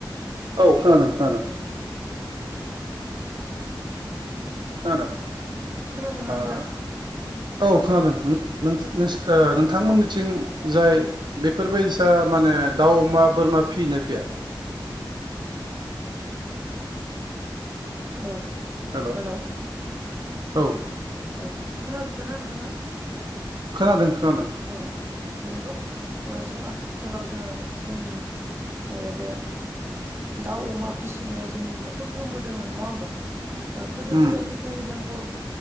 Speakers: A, on the right (about 65°); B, on the right (about 30°).
A: औ खोनादों। खोनादों
B: उम।
A: खोनादों।
B: औ खोनादोंना
A: ओ
B: नोंथां?
A: औ खोनादों नों-नोंसो-नोंसो ओ नोंथांमोननिथिं
B: औ
A: जाय बे फोरबायदिसा माने दाउ अमा बोरमा। फियो ना फिया।
B: औ
A: हेल'
B: हेलौ।
A: औ।
B: औ खोनादों ना नोंथांङा।
A: खोनादों। खोनादों
B: औ। नोंगौ ओ जों आथिखालाव जोंङो जोंनि बे बे। दाउ अमा फिसिनाया जोंनि न'खरफ्रोमबो दोंङो नंङा ओमबा। ओ गोदो
A: उम
B: गोदायनिफ्राय जों बर' ओ